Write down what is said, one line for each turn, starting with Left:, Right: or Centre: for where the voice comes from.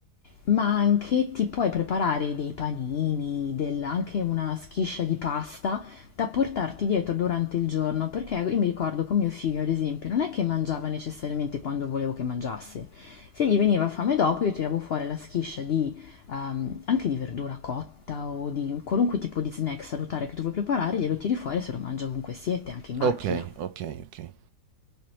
Left: Ma anche ti puoi preparare dei panini, del- anche una schiscia di pasta da portarti dietro durante il giorno, perché io mi ricordo con mio figlio, ad esempio, non è che mangiava necessariamente quando volevo che mangiasse. Se gli veniva fame dopo, io tiravo fuori la schiscia di, ehm, anche di verdura cotta o di qualunque tipo di snack salutare che tu vuoi preparare, glielo tiri fuori e se lo mangia ovunque siete, anche in macchina.
Right: Ok, ok, ok.